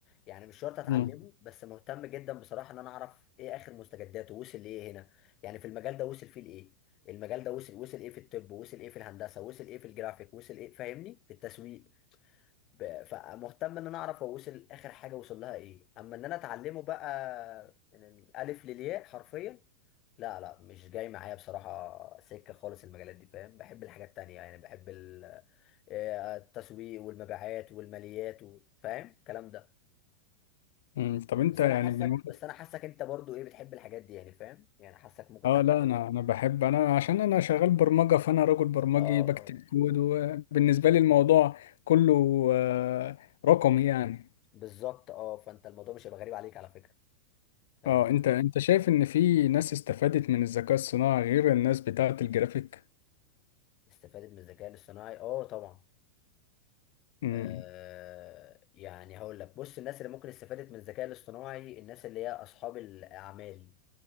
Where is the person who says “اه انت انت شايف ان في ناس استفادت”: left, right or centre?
Left